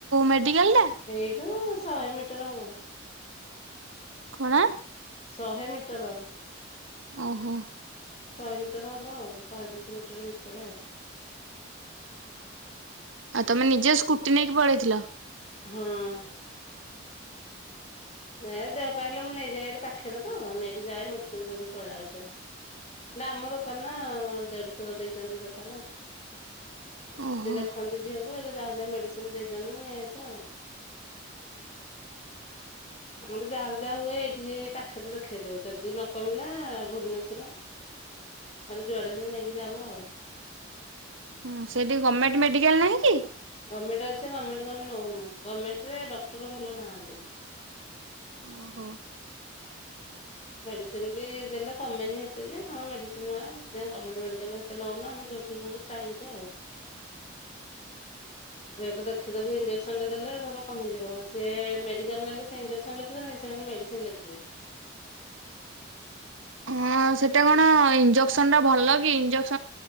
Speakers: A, on the right; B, on the left.
A: ମେଡିକାଲ? ଟା?
B: ଏଇଠୁ ଶହେ ମିଟର ହବ।
A: କଣ?
B: ଶହେ ମିଟର।
A: ଓହୋ।
B: ଶହେ ମିଟର ହବ ଆଉ ଶହେ ଦଶ ମିଟର ଭିତରେ ଆଉ।
A: ଆଉ ତମେ ନିଜ ସ୍କୁଟି ନେଇକି ପଳେଇଥିଲ?
B: ହଁ। ନ ଦେହପାରିଲ ମୁଁ ନେଇଯାଏ ଏଠି ପାଖରେ ତ ନେଇକି ଯାଏ ମେଡିସିନ ଧରି ପଳେଇ ଆସେ। ନା ଆମ ଦୋକାନ ନା ଦେଢସୂର୍ ଦେଇଛନ୍ତି ଦୋକାନ।
A: ଓହୋ
B: ସେ ଦେଖନ୍ତି ଝିଅ କୁ <unintelligible> ଯାହା ଯାହା ମେଡିସିନ ଦେଇଦିଅନ୍ତୁ ମୁଁ ନେଇ ଆସେ ଆଉ। ଆମର ଯାହାର ଯାହା ହୁଏ ଏଇଠିକି ପାଖରେ ଦେଖେଇ ଦଉ ଯଦି ନ କମିଲା ଭୁବନେଶ୍ଵର ଖାଲି ଯୁଆଡେ ହେଲେ ନେଇକି ଯାଉ ଆଉ।
A: ହଁ ସେଇଠି ଗଭର୍ଣ୍ଣମେଣ୍ଟ ମେଡ଼ିକାଲ ନାହିଁ କି?
B: ଗଭର୍ଣ୍ଣମେଣ୍ଟ ଅଛି ଗଭର୍ଣ୍ଣମେଣ୍ଟମେ ନଉନୁ ଗଭର୍ଣ୍ଣମେଣ୍ଟ ରେ ଡକ୍ଟର ଭଲ ନାହାନ୍ତି। <inaudible>
A: ଓହୋ
B: ମେଡିସିନ ବି ଦେଲେ କମେନିତେ ଯେ ତାଙ୍କ ମେଡିସିନ ଗମେଣ୍ଟ ମେଡିକାଲ ନଉନ ଆମେ ଯଉଠି ନ ପ୍ରାଇବେଟ ଆଉ। ସେଟା ଦେଖିଦବ ଇଞଜେସନ ଟା ଦେଲେ ଧର କମିଯିବ ସି ମେଡିକାଲ ନେଲେ ସେ ଇଞ୍ଜେକ୍ସନ ଲେଖୁଛନ୍ତି ମେଡିସିନ ଲଖିବେ।
A: ହଁ ସେଇଟା କଣ ଇଞ୍ଜେକ୍ସନ ଟା ଭଲ କି ଇଜେସନ